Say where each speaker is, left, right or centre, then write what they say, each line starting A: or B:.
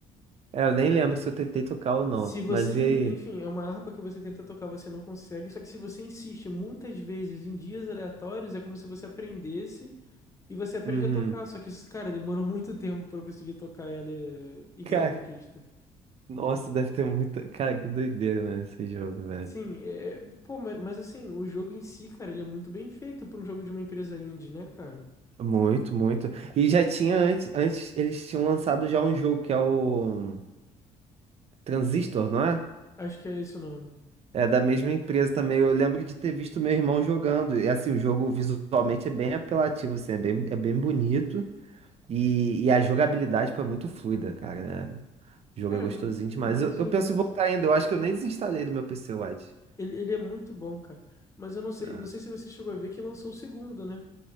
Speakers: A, on the right (about 50°); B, on the left (about 20°).
A: É, eu nem lembro se eu tentei tocar ou não.
B: Se você,
A: Mas
B: en-
A: e aí?
B: enfim, é uma harpa que você tenta tocar, você não consegue. Só que se você insiste muitas vezes em dias aleatórios, é como se você aprendesse. E você aprende
A: Uhum.
B: a tocar, só que isso, cara, demorou muito tempo pra eu conseguir tocar ela e, e ganhar
A: Cara.
B: conquista.
A: Nossa, deve ter muita. Cara, que doideira, né, esse jogo, velho.
B: Sim, é, é, pô, mas, mas assim, o jogo em si, cara, ele é muito bem feito pra um jogo de uma empresa indie, né, cara?
A: Muito, muito. E já tinha antes, antes eles tinham lançado já um jogo que é o Transistor, não é?
B: Acho que é esse o nome.
A: É da mesma empresa também. Eu lembro de ter visto meu irmão jogando. E assim, o jogo visualmente é bem apelativo, assim, é bem, é bem bonito. E, e a jogabilidade, pô, é muito fluida, cara, né? O jogo
B: Cara,
A: é gostosinho
B: m-
A: demais.
B: mas
A: Eu, eu
B: o,
A: penso em voltar ainda. Eu acho que eu nem desinstalei do meu PC, Wide.
B: ele, ele é muito bom, cara. Mas eu não sei,
A: Ah.
B: não sei se você chegou a ver que lançou o segundo, né?